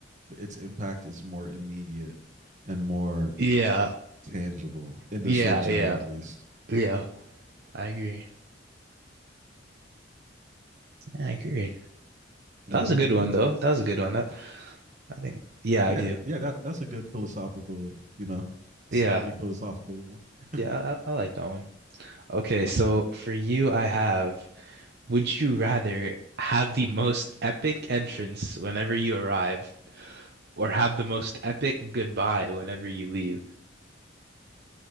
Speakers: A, on the right (about 40°); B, on the right (about 60°).
A: its impact is more immediate and more
B: yeah.
A: tangible in
B: Yeah.
A: the short term,
B: Yeah.
A: at least.
B: Yeah. I agree. I agree.
A: Got
B: That was
A: one
B: a good
A: for me?
B: one though. That was a good one. That, I think. Yeah, I do.
A: Yeah, yeah. That that's a good philosophical, you know,
B: Yeah.
A: slightly philosophical one.
B: Yeah.
A: <laughs>
B: I, I like that one. Okay, so for you, I have, would you rather have the most epic entrance whenever you arrive or have the most epic goodbye whenever you leave?